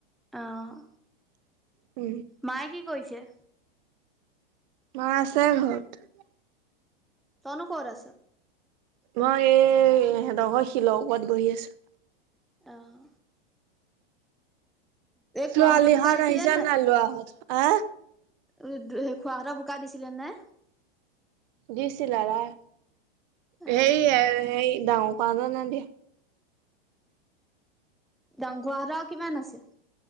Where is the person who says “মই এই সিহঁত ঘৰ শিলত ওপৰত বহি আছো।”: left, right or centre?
Right